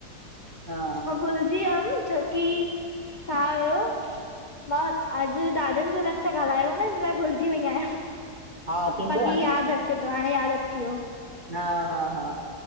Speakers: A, on the right (about 35°); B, on the left (about 35°).
A: हा
B: मां भुलजी वयम, छोकी छा हुयो मां अॼु ॾाढन ॼणन सां ॻाल्हायो आ न, हिन लाइ भुलजी वई आहियां।
A: हा थींदो
B: बाक़ी
A: आ न
B: याद अचे तो, हाणे यादि अची वियो।
A: हा हा हा